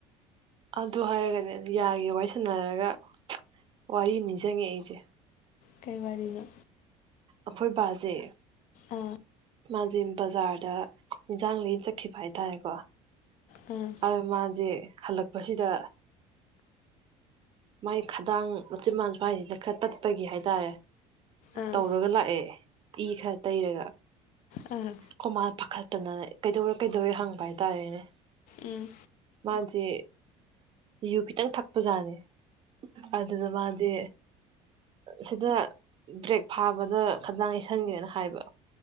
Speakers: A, on the right; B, on the left.
A: ꯑꯗꯨ ꯍꯥꯏꯔꯒꯅꯦ ꯌꯥꯒꯤ ꯋꯥꯔꯤ ꯁꯅꯔꯒ ꯋꯥꯔꯤ ꯑꯃ ꯅꯤꯡꯖꯤꯡ ꯉꯥꯛꯑꯦ ꯑꯩꯁꯦ
B: ꯀꯩ ꯋꯥꯔꯤꯅꯣ
A: ꯑꯩꯈꯣꯏ ꯕꯥꯖꯦ
B: ꯑꯥ
A: ꯃꯥꯁ ꯕꯖꯥꯔꯗ ꯏꯟꯖꯡ ꯂꯩ ꯆꯠꯈꯤꯕ ꯍꯥꯏꯇꯥꯔꯦꯀꯣ
B: ꯎꯝ
A: ꯑ ꯃꯥꯖꯦ ꯍꯜꯂꯛꯄꯁꯤꯗ ꯃꯥꯏ ꯈꯗꯥꯡ ꯃꯆꯤꯟ ꯕꯟ ꯁ꯭ꯋꯥꯏꯁꯤꯗ ꯈꯔ ꯇꯠꯄꯒꯤ ꯍꯥꯏꯇꯥꯔꯦ
B: ꯑꯥ
A: ꯇꯧꯔꯒ ꯂꯥꯛꯑꯦ ꯏ ꯈꯔ ꯇꯩꯔꯒ
B: ꯑꯥ
A: ꯈꯣꯏꯃꯥ ꯄꯥꯈꯠꯇꯅꯅꯦ ꯀꯩꯗꯧꯔꯦ ꯀꯩꯗꯧꯔꯦ ꯍꯪꯕ ꯍꯥꯏꯇꯥꯔꯦꯅꯦ
B: ꯎꯝ
A: ꯃꯥꯖꯦ ꯌꯨ ꯈꯤꯇꯪ ꯊꯛꯄꯖꯥꯠꯅꯤ ꯑꯗꯨꯗ ꯃꯥꯗꯤ ꯁꯤꯗ ꯕ꯭ꯔꯦꯛ ꯐꯥꯕꯗ ꯈꯥꯗꯥꯡ ꯌꯩꯁꯟꯒꯦꯅ ꯍꯥꯏꯕ